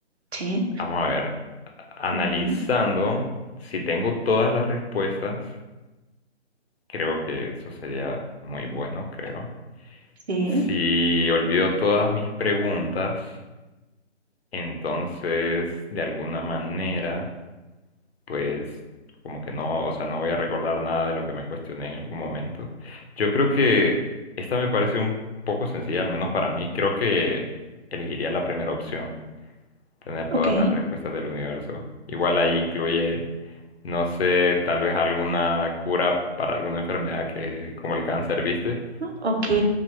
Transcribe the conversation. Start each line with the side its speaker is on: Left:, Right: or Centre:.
Right: Sí,
Left: vamos a ver. Analizando,
Right: ujú,
Left: si tengo todas las respuestas, creo que eso sería muy bueno, creo.
Right: sí,
Left: Si olvido todas mis preguntas, entonces, de alguna manera... pues como que no, o sea, no voy a recordar nada de lo que me cuestioné en algún momento. Yo creo que esta me parece un poco sencilla, al menos para mí. Creo que elegiría la primera opción, tener
Right: ok,
Left: todas las respuestas del universo. Igual ahí incluye, no sé, tal vez alguna cura para alguna enfermedad que, como el cáncer, ¿viste?
Right: ¿no? ok.